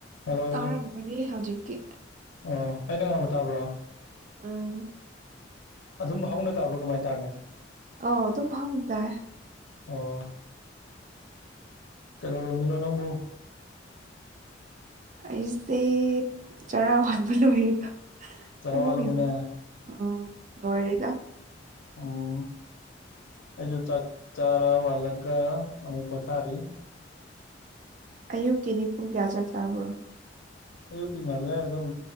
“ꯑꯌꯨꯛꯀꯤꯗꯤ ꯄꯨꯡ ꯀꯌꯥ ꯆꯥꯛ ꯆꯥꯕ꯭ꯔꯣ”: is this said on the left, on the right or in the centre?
Right